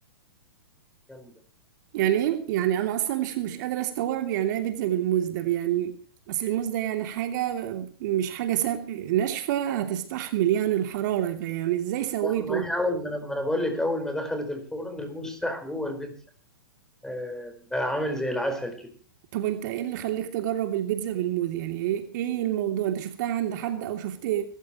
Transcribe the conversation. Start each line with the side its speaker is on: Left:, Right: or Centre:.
Centre: جامدة
Right: يعني ايه يعني انا اصلا مش مش قادره استوعب يعني ايه بيتزا بالموز ده يعني اصل الموز ده يعني حاجه مش حاجه سا- ناشفه هتستحمل يعني الحراره يعني ازاي سويته
Centre: ما هي اول ما انا ما أنا بقول لك اول ما دخلت الفرن الموز ساح جوه البيتزا آه، بقى عامل زي العسل كده
Right: طب انت ايه اللي خليك تجرب البيتزا بالموز يعني ايه ايه الموضوع انت شفتها عند حد او شفت